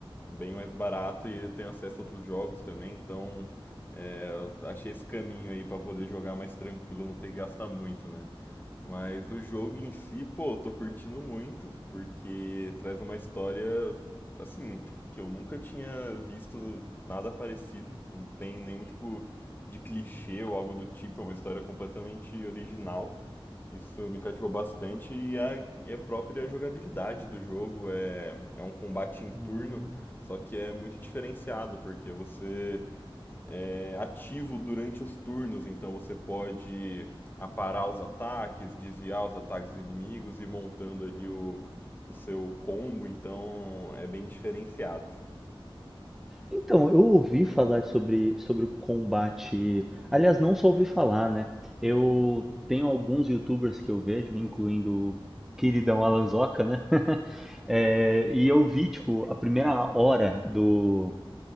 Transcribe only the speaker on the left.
bem mais barato e eu tenho acesso a outros jogos também, então é, eu achei esse caminho aí pra poder jogar mais tranquilo, não ter que gastar muito, né? Mas o jogo em si, pô, eu tô curtindo muito, porque traz uma história, assim, que eu nunca tinha visto nada parecido, não tem nenhum tipo de clichê ou algo do tipo, é uma história completamente original. Isso me cativou bastante e a, e a própria jogabilidade do jogo é, é um combate em turno,
só que é muito diferenciado, porque você é ativo durante os turnos, então você pode aparar os ataques, desviar os ataques dos inimigos e ir montando ali o, o seu combo, então é bem diferenciado.